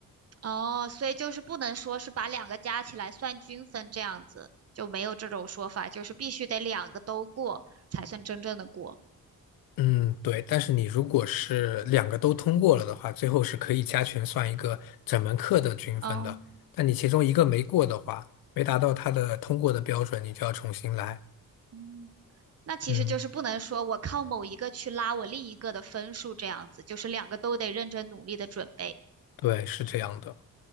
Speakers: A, on the right (about 45°); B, on the left (about 90°).
A: 哦，所以就是不能说是把两个加起来算均分这样子，就没有这种说法，就是必须得两个都过才算真正的过。
B: 嗯，对，但是你如果是两个都通过了的话，最后是可以加权算一个整门课的均分的。
A: 哦，
B: 但你其中一个没过的话，没达到它的通过的标准，你就要重新来。
A: 嗯，那其实就是不能说我靠某一个去拉我另一个的分数这样子，
B: 嗯，
A: 就是两个都得认真努力的准备。
B: 对，是这样的，